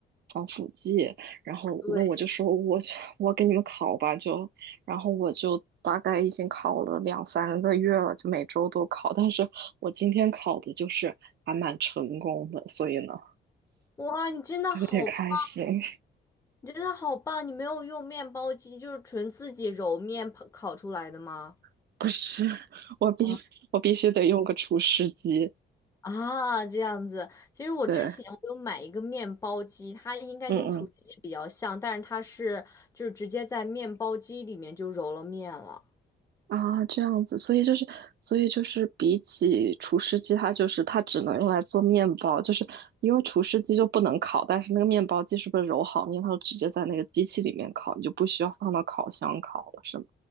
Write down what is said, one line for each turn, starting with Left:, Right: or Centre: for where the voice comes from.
Right: 防腐剂，然后那我就说我我给你们烤吧，
Left: 对，
Right: 就然后我就大概已经烤了两三个月了，就每周都烤，但是我今天烤的就是还蛮成功的，所以呢
Left: 哇，你真的好棒，
Right: 就有点开心。
Left: 你真的好棒！你没有用面包机，就是纯自己揉面烤烤出来的吗？
Right: <laughs> 不是，我必我必须得用个除湿机。
Left: 啊啊，这样子。其实我之前我有买一个面包机，
Right: 对，
Left: 它应该跟厨师机比较像，
Right: 嗯嗯
Left: 但是它是就是直接在面包机里面就揉了面了。
Right: 啊，这样子，所以就是，所以就是比起除湿机，它就是它只能用来做面包，就是因为除湿机就不能烤，但是那个面包机是不是揉好面，它就直接在那个机器里面烤，你就不需要放到烤箱烤了，是吗？